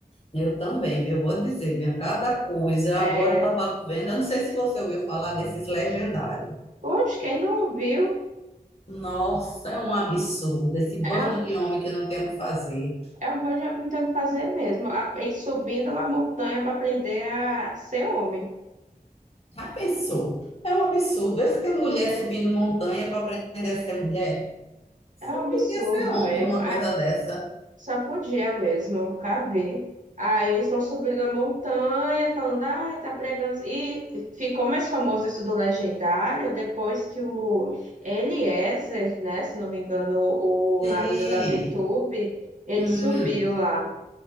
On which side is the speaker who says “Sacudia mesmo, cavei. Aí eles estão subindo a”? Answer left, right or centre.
Right